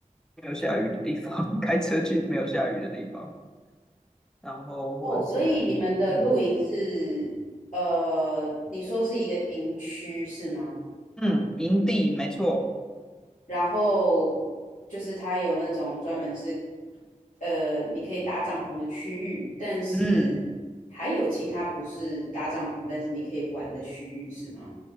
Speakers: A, in the centre; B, on the left.
A: 没有下雨的地方，<laughs> 开车去没有下雨的地方。然后或者是嗯
B: 哦，所以你们的露营是，呃，你说是一个营区是吗？
A: 嗯，营地没错，
B: 然后就是它有那种专门是，呃，你可以搭帐篷的区域，但是还有其他不是搭帐篷，
A: 嗯
B: 但是你可以玩的区域是吗？